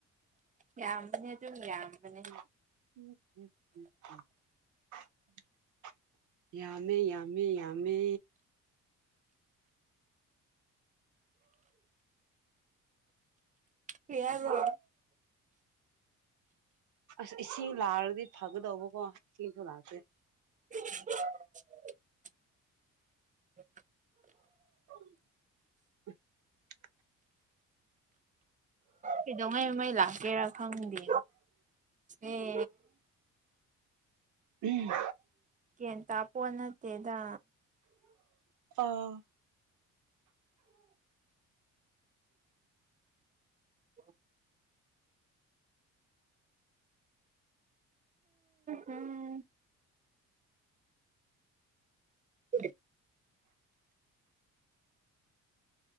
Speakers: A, on the right; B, on the right.
A: ꯌꯥꯝꯕꯅꯦ ꯑꯗꯨꯝ ꯌꯥꯝꯕꯅꯦ
B: <unintelligible> ꯌꯥꯝꯃꯦ ꯌꯥꯝꯃꯤ ꯌꯥꯝꯃꯦ
A: ꯀꯔꯤ ꯍꯥꯏꯕ꯭ꯔꯣ
B: ꯍ ꯑꯁ ꯏꯁꯤꯡ ꯂꯥꯛꯂꯗꯤ ꯐꯒꯗꯧꯕꯀꯣ ꯏꯁꯤꯡꯁꯨ ꯂꯥꯛꯇ꯭ꯔꯦ
A: <inaudible> ꯑꯣ
B: <inaudible>
A: ꯀꯩꯗꯧꯉꯩ ꯃꯩ ꯂꯥꯛꯀꯦꯔꯥ ꯈꯪꯗꯦ ꯑꯦ
B: ꯎꯝ
A: ꯀꯦꯟꯇꯥꯥꯄꯣ ꯅꯠꯇꯦꯗ
B: ꯑꯥ
A: ꯑ ꯎꯝꯝ ꯎ